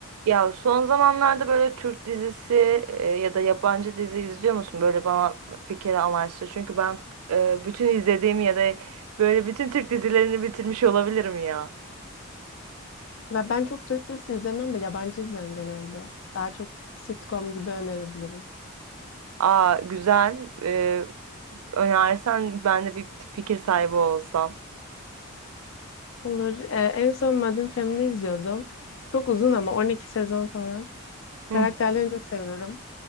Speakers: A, on the right (about 80°); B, on the left (about 60°).
A: Ya son zamanlarda böyle Türk dizisi e, ya da yabancı dizi izliyor musun? Böyle bana fikir amaçlı. Çünkü ben e, bütün izlediğim ya da böyle bütün Türk dizilerini bitirmiş olabilirim ya.
B: Ve ben çok Türk dizisi izlemem de yabancı izliyorum genelde. Daha çok sitcom gibi önerebilirim.
A: Aa güzel. E, önersen ben de bir fikir sahibi olsam.
B: Olur. Ee, en son Modern Family izliyordum. Çok uzun ama 12 sezon falan.
A: Hı
B: Karakterlerini çok seviyorum.